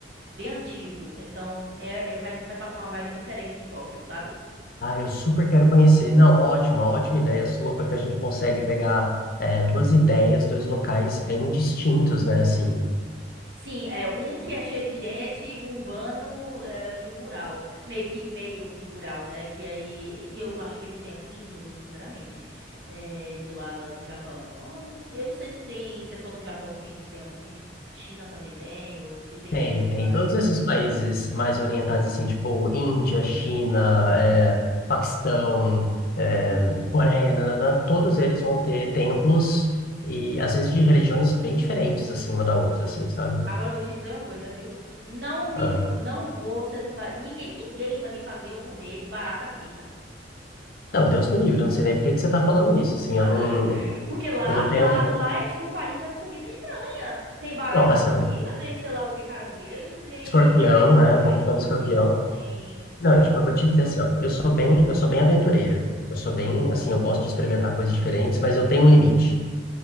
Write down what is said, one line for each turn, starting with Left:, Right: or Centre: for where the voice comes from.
Right: bem antigo. Então, é, é- vai, vai passar uma vibe diferente de Tóquio, sabe?
Left: Ah, eu super quero conhecer. Não, ótima, ótima ideia sua, porque a gente consegue pegar é, duas ideias, dois locais bem distintos, né? Assim,
Right: Sim, é um que é cheio de gente, um urbano, é, e um rural. Meio que, meio que rural, né? Que aí. E eu acho aqueles templos lindos, sinceramente. é, de lá da- do Japão. Oh, eu não sei se tem, se é só no Japão que tem esses templos, se tipo, China também tem, ou se tem
Left: tem,
Right: em outros lugares.
Left: tem. Todos esses países mais orientais, assim, tipo Índia, China, é, Paquistão, é,
Right: Hum.
Left: Coreia, nananã, todos eles vão ter templos e, às vezes, de religiões bem diferentes, assim, uma da outra, assim, sabe?
Right: Agora eu vou te dizer uma coisa, viu? Não me,
Left: Ah.
Right: f- não vou, você não vai, ninguém, ninguém vai me fazer eu comer barata frita.
Left: Não, Deus me livre, eu não sei nem por que que você tá falando isso, assim, eu
Right: É,
Left: não,
Right: Porque lá,
Left: eu não tenho...
Right: lá, lá é tipo o país das comidas estranhas. Tem barata
Left: Não, assim,
Right: frita,
Left: ó,
Right: tem sei lá o que, caranguejo, tem.
Left: Escorpião,
Right: Caranguejo não,
Left: né?
Right: caranguejo
Left: Portando
Right: não, escorpião,
Left: escorpião.
Right: tem.
Left: Não,
Right: sei
Left: tipo,
Right: lá,
Left: eu vou te dizer assim, ó, eu sou bem, eu sou bem aventureiro. Eu sou bem, assim, eu gosto de experimentar coisas diferentes, mas eu tenho um limite.